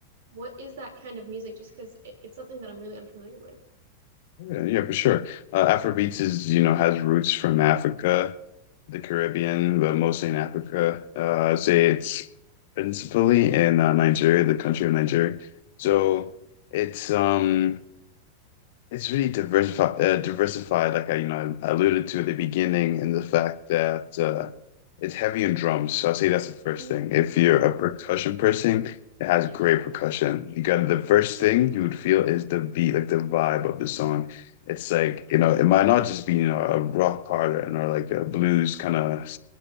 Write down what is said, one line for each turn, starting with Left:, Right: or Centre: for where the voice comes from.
Right: what is that kind of music? Just because it, it's something that I'm really unfamiliar with.
Left: Yeah, yeah, for sure. Uh, Afrobeats is, you know, has roots from Africa, the Caribbean, but mostly in Africa. Uh, I'd say it's principally in uh, Nigeria, the country of Nigeria. So
Right: Yeah.
Left: it's um It's really diversified, uh, diversified, like I, you know, alluded to at the beginning, and the fact that uh, it's heavy in drums. So I say that's the first
Right: Mm,
Left: thing. If you're a percussion person, it has
Right: yeah.
Left: great percussion. You got the first thing you would feel is the beat, like the vibe of the song. It's like, you know, it might not just be, you know, a rock pattern or or like a blues kind of